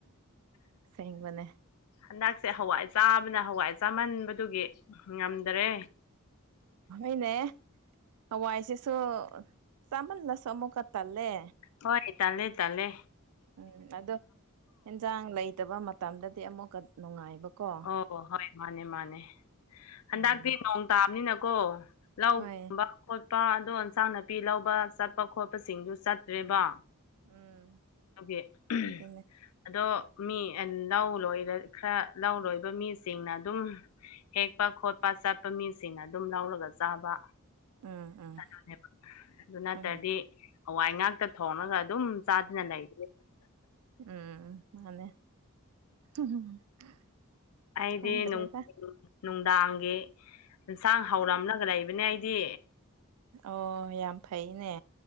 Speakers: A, on the right; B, on the left.
A: ꯑꯁꯦꯡꯕꯅꯦ
B: ꯍꯟꯗꯛꯁꯦ ꯍꯋꯥꯏ ꯆꯥꯕꯅ ꯍꯋꯥꯏ ꯆꯥꯃꯟꯕꯗꯨꯒꯤ ꯉꯝꯗꯔꯦ
A: ꯑꯩꯅꯦ ꯍꯋꯥꯏꯁꯤꯁꯨ ꯆꯥꯃꯜꯂꯁꯨ ꯑꯃꯨꯛꯀ ꯇꯜꯂꯦ
B: ꯍꯣꯏ ꯇꯥꯂꯦꯇꯥꯂꯦ
A: ꯎꯝ ꯑꯗꯣ ꯑꯦꯟꯖꯥꯡ ꯂꯩꯇꯕ ꯃꯇꯝꯗꯗꯤ ꯑꯃꯨꯛꯀ ꯅꯨꯡꯉꯥꯏꯕꯀꯣ
B: ꯑꯣ ꯍꯣꯏ ꯃꯥꯅꯦ ꯃꯥꯅꯦ ꯍꯟꯗꯛꯇꯤ
A: ꯎꯝ
B: ꯅꯣꯡ ꯇꯥꯕꯅꯤꯅꯀꯣ ꯂꯧꯒꯨꯝꯕ
A: ꯍꯣꯏ
B: ꯈꯣꯠꯄ ꯑꯗꯣ ꯏꯟꯁꯥꯡ ꯅꯥꯄꯤ ꯂꯧꯕ ꯆꯠꯄ ꯈꯣꯠꯄꯁꯤꯡꯗꯨ ꯆꯠꯇ꯭ꯔꯦꯕ
A: ꯎꯝ
B: ꯦ
A: ꯑꯗꯨꯅꯦ
B: <inaudible> ꯑꯗꯣ ꯃꯤ ꯂꯧ ꯂꯣꯏꯔ ꯈꯔ ꯂꯧ ꯂꯣꯏꯕ ꯃꯤꯁꯤꯡꯅ ꯑꯗꯨꯝ ꯍꯦꯛꯄ ꯈꯣꯠꯄ ꯆꯠꯄ ꯃꯤꯁꯤꯡꯅ ꯑꯗꯨꯝ ꯂꯧꯔꯒ ꯆꯥꯕ
A: ꯎꯝ ꯎꯝ
B: ꯑꯗꯨꯅꯦꯕ ꯑꯗꯨ ꯅꯠꯇ꯭ꯔꯗꯤ
A: ꯍꯣꯏ
B: ꯍꯋꯥꯏ ꯉꯥꯛꯇ ꯊꯣꯡꯉꯒ ꯑꯗꯨꯝ ꯆꯥꯗꯅ ꯂꯩ
A: ꯎꯝ ꯃꯥꯅꯦ <inaudible>
B: ꯑꯩꯗꯤ
A: ꯈꯪꯗ꯭ꯔꯦꯗ
B: ꯅꯨ ꯅꯨꯡꯗꯥꯡꯒꯤ ꯌꯦꯟꯁꯥꯡ ꯍꯧꯔꯝꯂꯒ ꯂꯩꯕꯅꯦ ꯑꯩꯗꯤ
A: ꯑꯣ ꯌꯥꯝ ꯐꯩꯅꯦ